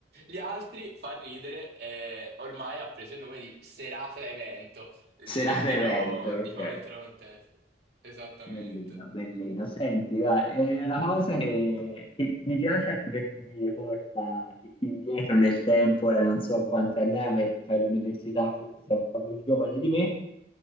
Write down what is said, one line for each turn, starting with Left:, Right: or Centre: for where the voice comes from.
Right: Gli altri, fa ridere, eh, ormai ha preso il nome di serata evento, l-
Left: serata
Right: l'intero,
Left: evento,
Right: diciamo,
Left: ok.
Right: l'intero contesto. Esattamente.
Left: Bellino, bellino. Senti, va, è una cosa che, che mi piace anche perché mi riporta indietro nel tempo, ora non so quanti anni hai, ma fai l'università, forse sei un po' più giovane di me.